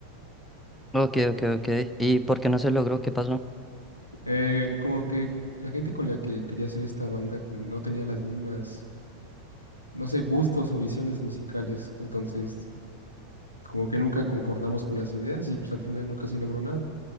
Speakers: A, in the centre; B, on the left (about 80°).
A: Ok, ok, ok. ¿Y por qué no se logró? ¿Qué pasó?
B: Eh, como que la gente con la que quería hacer esta banda como no tenía las mismas, no sé, gustos o visiones musicales, entonces como que nunca concordamos con las ideas y pues al final nunca se logró nada.